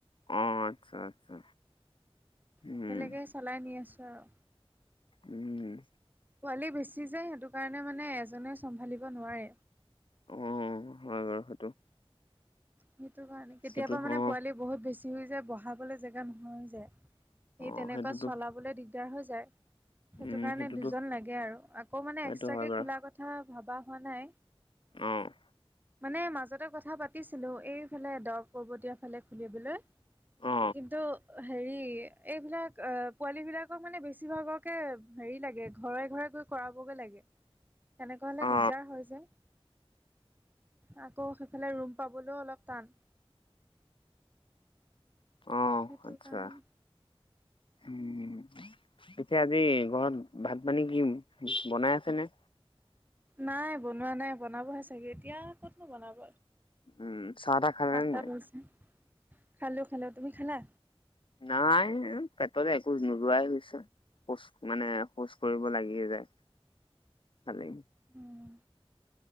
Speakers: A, on the left; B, on the right.
A: অ আচ্ছা, আচ্ছা। উম
B: একেলগে চলাই নি আছো আৰু।
A: উম।
B: পোৱালি বেছি যে সেইটো কাৰণে মানে এজনে চম্ভালিব নোৱাৰে।
A: অ, হয় বাৰু সেইটো।
B: সেইটো কাৰণে কেতিয়াবা
A: সেইটো
B: মানে
A: অ
B: পোৱালি বহুত বেছি হৈ যায় বহাবলে জেগা নোহোৱা হৈ যায়।
A: অ
B: এই তেনেকুৱা
A: সেইটোতো
B: চলাবলৈ দিগদাৰ হৈ যায়। সেইটো
A: উম
B: কাৰণে
A: সেইটোতো
B: দুজন লাগে আৰু আকৌ মানে
A: সেইটো
B: এক্সট্ৰাকে
A: হয় বাৰু
B: খোলা কথা ভবা হোৱা নাই।
A: অ'।
B: মানে মাজতে কথা পাতিছিলো এইফালে দৰ পৰ্বতীয়া ফালে খুলিবলৈ।
A: অ
B: কিন্তু হেৰি এইবিলাক আ পোৱালীবিলাকক মানে বেছিভাগকে হেৰি লাগে ঘৰে ঘৰে গৈ কৰাবগে লাগে। তেনেকোৱা হলে
A: অ
B: দিগদাৰ হয় যায়। আকৌ সেইফালে ৰুম পাবলৈও অলপ টান।
A: অ'
B: সেইটো
A: আচ্ছা
B: কাৰণে
A: উম। পিছে আজি ঘৰত ভাত - পানী কি বনাই আছে নে?
B: নাই বনোৱা নাই বনাবহে চাগে এতিয়া ক'তনো বনাব?
A: উম চাহ - তাহ খালে
B: সাতটা
A: নে নাই
B: বাজিছে, খালো - খালো তুমি খালা?
A: নাই পেটতে একো নোযোৱাই হৈছে। শৌচ মানে শৌচ কৰিব লাগিয়ে যায় ভালেই।
B: উম।